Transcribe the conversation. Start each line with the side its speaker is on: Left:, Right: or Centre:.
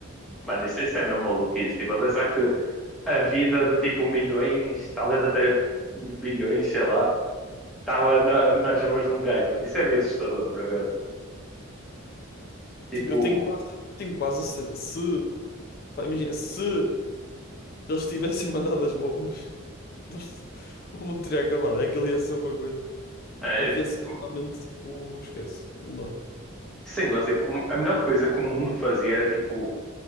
Centre: Mano, isso, isso é mesmo maluquice. Tipo, a pensar que a vida de tipo milhões, talvez até bilhões, sei lá, estava na- nas mãos de um gajo, mano. Isso é meio assustador, por acaso. Tipo,
Left: Tipo, eu tenho quase, tenho quase a certeza. Se, pá, imagina, se eles tivessem <laughs> mandado as bombas, <laughs> nós- o mundo teria acabado. É que ele ia ser uma coisa.
Centre: é,
Left: Aqui
Centre: tipo,
Left: a ser finalmente, tipo, esquece, não dá.
Centre: sem gosto, tipo, um, a melhor coisa que o mundo fazia era tipo